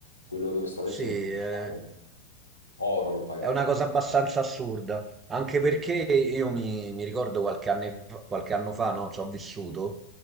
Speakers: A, on the left; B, on the right.
A: Quello dove sto adesso
B: Sì,
A: è un
B: eh.
A: oro, l'ho pagato.
B: È una cosa abbastanza assurda, anche perché io mi, mi ricordo qualche anno, qualche anno fa, no, ci ho vissuto,